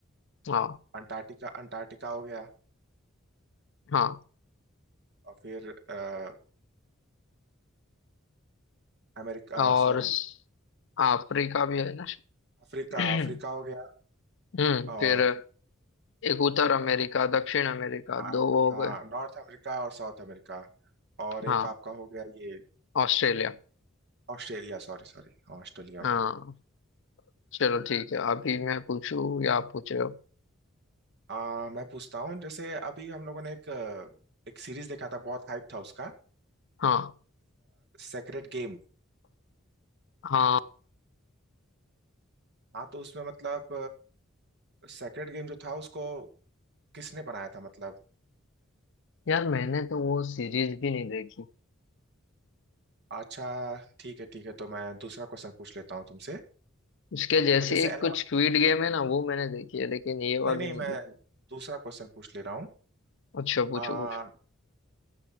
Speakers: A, on the left; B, on the right.
A: हाँ
B: अंटार्कटिका अंटार्कटिका हो गया
A: हाँ
B: और फिर अ, अमेरिका
A: और
B: सॉरी
A: स- अफ्रीका भी है ना
B: अफ्रीका
A: <clears throat>
B: अफ्रीका हो गया
A: हम्म
B: और
A: फिर एक उत्तर अमेरिका दक्षिण अमेरिका
B: हाँ
A: दो हो
B: हाँ,
A: गए
B: नॉर्थ अमेरिका और साउथ अमेरिका और एक
A: हाँ
B: आपका हो गया ये
A: ऑस्ट्रेलिया
B: ऑस्ट्रेलिया सॉरी सॉरी हाँ, ऑस्ट्रेलिया हो
A: हाँ
B: गया
A: चलो ठीक है अभी मैं पूछूं या आप पूछ रहे हो
B: आ, मैं पूछता हूँ जैसे अभी हम लोगों ने एक अ, एक सीरीज देखा था बहुत हाइप था उसका
A: हाँ
B: सेक्रेट गेम
A: हाँ
B: हाँ तो उसमें मतलब सेक्रेट गेम जो था उसको किसने बनाया था मतलब
A: यार मैंने तो वो सीरीज भी नहीं देखी
B: अच्छा ठीक है ठीक है तो मैं दूसरा क्वेश्चन पूछ लेता हूँ तुमसे
A: उसके जैसी
B: जैसे
A: एक
B: एलन
A: कुछ स्क्विड गेम है ना वो मैंने देखी है लेकिन ये
B: नहीं
A: वाली
B: नहीं
A: नहीं
B: मैं
A: देखी
B: दूसरा क्वेश्चन पूछ ले रहा हूँ
A: अच्छा पूछो
B: आ,
A: पूछो